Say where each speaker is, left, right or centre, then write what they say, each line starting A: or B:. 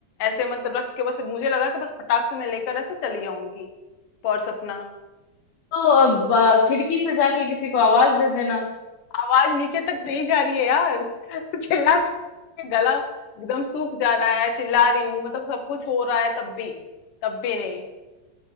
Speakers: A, on the left (about 55°); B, on the left (about 80°).
A: ऐसे मतलब रख के बस मुझे लगा कि बस फटाक से मैं लेकर ऐसे चली आऊंगी पर्स अपना
B: तो अ, ब- खिड़की से जाके किसी को आवाज दे देना
A: आवाज नीचे तक नहीं जा रही है यार <laughs> चिल्ला के गला एकदम सूख जा रहा है चिल्ला रही हूँ मतलब सब कुछ हो रहा है तब भी तब भी नहीं